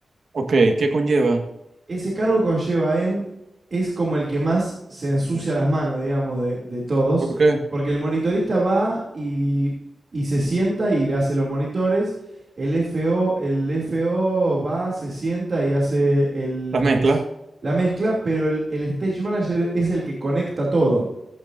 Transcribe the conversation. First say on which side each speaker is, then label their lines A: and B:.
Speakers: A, on the right (about 55°); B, on the right (about 35°).
A: Ok, ¿qué conlleva?
B: Ese cargo conlleva en, es como el que más se ensucia las manos, digamos, de, de todos,
A: ¿Por qué?
B: porque el monitorista va y, y se sienta y le hace los monitores. El FO, el FO va, se sienta y hace el,
A: ¿Las mezclas?
B: el la mezcla, pero el, el stage manager es el que conecta todo.